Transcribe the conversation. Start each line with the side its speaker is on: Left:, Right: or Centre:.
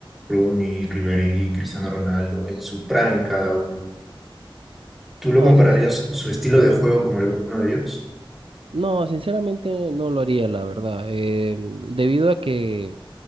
Centre: Rooney, Ribery, Cristiano Ronaldo, en su prime cada uno. ¿Tú lo
Right: No,
Centre: compararías
Right: sincer-
Centre: su estilo de juego con alguno de ellos?
Right: no, sinceramente no lo haría, la verdad. eh, debido a que